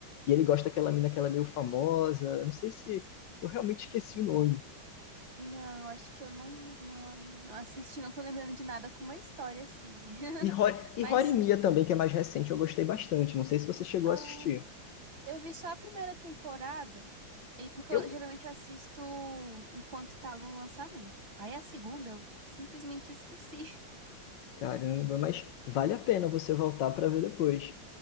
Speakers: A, on the left (about 70°); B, on the right (about 75°).
A: e ele gosta daquela mina que ela é meio famosa. Eu Não sei se eu realmente esqueci o nome.
B: Não, acho que eu não, não, não assisti, não tô lembrando de nada com uma história assim. <laughs>
A: E, Ho e
B: Mas,
A: Horimiya também, que é mais recente, eu gostei bastante. Não sei se você chegou
B: ah,
A: a assistir.
B: Eu vi só a primeira temporada, e porque
A: Eu,
B: eu geralmente eu assisto enquanto tá no lançamento. Aí a segunda eu simplesmente esqueci. <laughs>
A: caramba, mas vale a pena você voltar pra ver depois.